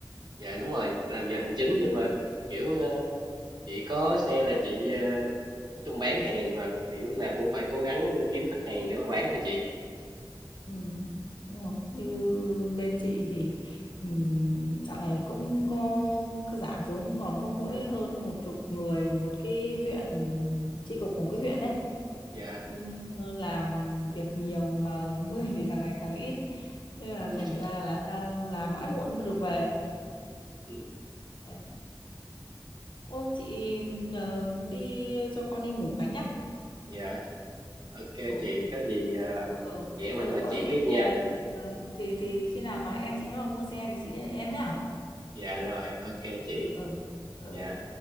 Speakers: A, on the right (about 55°); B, on the left (about 65°).
A: dạ đúng rồi làm giờ hành chính nhưng mà kiểu chị có xe là chị ờ, nói chung bán hàng mà thì lúc nào cũng phải cố gắng kiếm khách hàng để mà bán thôi chị
B: Ừ, đúng rồi. Như bên chị thì ừm, dạo này cũng có, có giảm xuống còn có mỗi hơn một chục người một cái huyện chi cục một cái huyện ấy
A: dạ
B: Ừm, làm việc nhiều mà <laughs> người thì càng ngày càng ít thế là
A: ừ.
B: thành ra là làm mãi muộn mới được về
A: ừ,
B: Đấy. Ô chị ờ, đi cho con đi ngủ cái nhá
A: dạ ok
B: ừ
A: chị có gì ờ,
B: ừ ừ,
A: chị em
B: ừ
A: mình nói
B: có
A: chuyện
B: gì
A: tiếp
B: thì
A: nha
B: ờ, ờ, thì thì khi nào mà em chị nó mà mua xe thì chị đến em nhá
A: dạ rồi ok chị
B: ừ ừ ừ
A: dạ